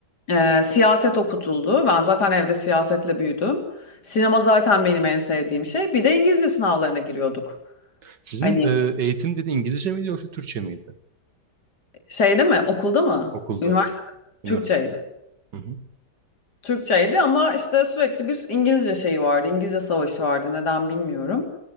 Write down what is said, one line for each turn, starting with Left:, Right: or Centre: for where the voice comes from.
Left: Ee, siyaset okutuldu. Ben zaten evde siyasetle büyüdüm. Sinema zaten benim en sevdiğim şey. Bir de İngilizce sınavlarına giriyorduk.
Right: Sizin
Left: Hani
Right: e, eğitim dedi İngilizce miydi yoksa Türkçe miydi?
Left: şeyde mi? Okulda mı?
Right: Okulda
Left: Üniversitede.
Right: evet.
Left: mi?
Right: Üniversitede.
Left: Türkçeydi.
Right: Hı hı.
Left: Türkçeydi ama işte sürekli bir İngilizce şeyi vardı. İngilizce savaşı vardı. Neden bilmiyorum.